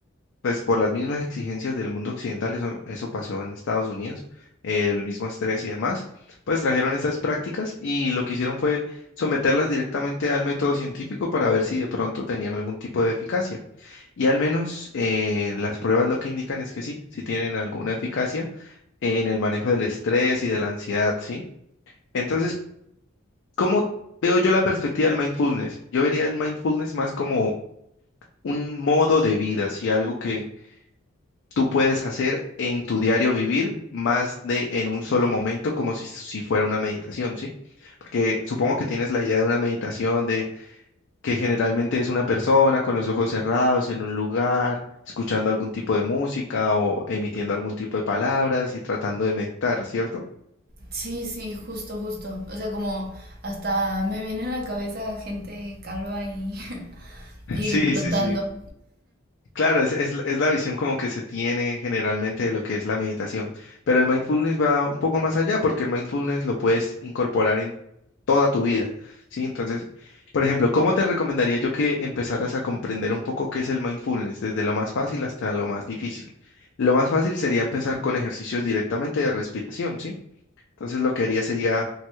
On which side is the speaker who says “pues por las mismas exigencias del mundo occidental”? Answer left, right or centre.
Left